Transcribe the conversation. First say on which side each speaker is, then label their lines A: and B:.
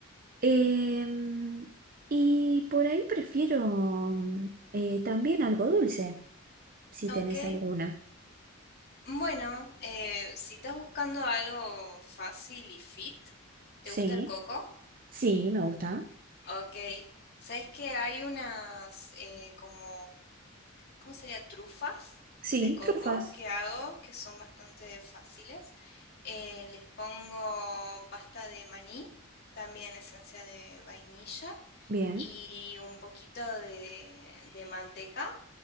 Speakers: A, on the right; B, on the left.
A: Em, y por ahí prefiero mm, eh, también algo dulce, si
B: Ah,
A: tenés
B: Ok,
A: alguna.
B: bueno, eh, si estás buscando algo fácil y fit, ¿te gusta
A: Sí,
B: el coco?
A: sí, me gusta.
B: Ok. ¿Sabes que hay unas eh, como, ¿cómo sería? Trufas
A: Sí,
B: de coco
A: trufas.
B: que hago que son bastante fáciles. Eh, les pongo pasta de maní, también esencia de vainilla
A: Bien.
B: y un poquito de, de manteca.